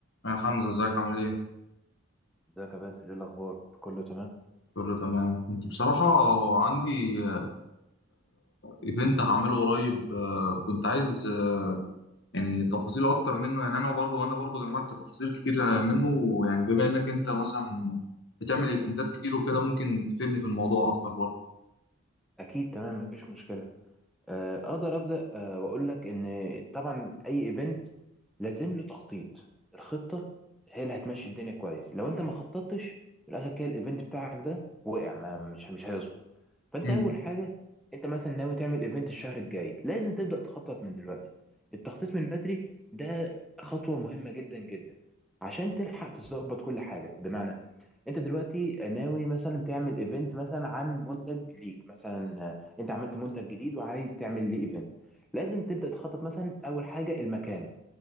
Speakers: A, on the left; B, in the centre.
A: يا حمزة ازيك عامل ايه؟
B: ازيك يا باسل ايه الاخبار كله تمام
A: كله تمام كنت بصراحة عندي آه، ايفنت هعمله قريب آه، كنت عايز آه، يعني تفاصيل اكتر منه يعني انا برضو وانا برضو جمعت تفاصيل كتير آه، منه يعني بما انك انت
B: مم.
A: مثلا بتعمل
B: مم.
A: ايفنتات كتير وكده ممكن تفيدني في الموضوع اكتر برضو
B: اكيد تمام مفيش مشكله آه، اقدر ابدا آه، واقول لك ان طبعا اي ايفنت لازم له تخطيط الخطه هي اللي هتمشي الدنيا كويس لو انت ما خططتش في الاخر كده الايفنت بتاعك ده وقع ما مش مش هيظبط فانت
A: مم.
B: اول حاجه انت مثلا ناوي تعمل ايفنت الشهر الجاي لازم تبدا تخطط من دلوقتي التخطيط من بدري ده خطوه مهمه جدا جدا عشان تلحق تظبط كل حاجه بمعنى انت دلوقتي ناوي مثلا تعمل ايفنت مثلا عن منتج ليك مثلا آه، انت عملت منتج جديد وعايز تعمل ليه ايفنت لازم تبدا تخطط مثلا اول حاجه المكان